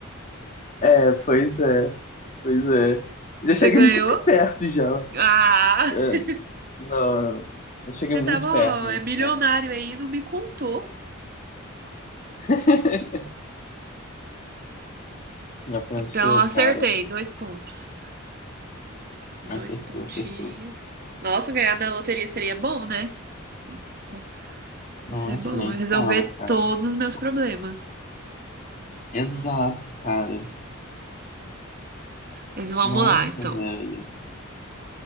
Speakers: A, on the left; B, on the right.
A: É, pois é. Pois é. Já cheguei
B: Você ganhou?
A: muito perto já.
B: Ah!
A: É,
B: <laughs>
A: não, eu eu cheguei
B: Já
A: muito
B: tá bom,
A: perto, muito
B: é milionário
A: perto.
B: aí, não me contou.
A: <laughs> Já pensou,
B: Então acertei,
A: cara?
B: dois pontos. Dois
A: Acertou,
B: pontinhos.
A: acertou.
B: Nossa, ganhar na loteria seria bom, né? Nossa, Vai
A: Nossa,
B: ser bom.
A: nem
B: Eu resolver
A: fala, cara.
B: todos os meus
A: Tipo,
B: problemas.
A: exato, cara.
B: Mas vamos
A: Nossa,
B: lá, então.
A: velho.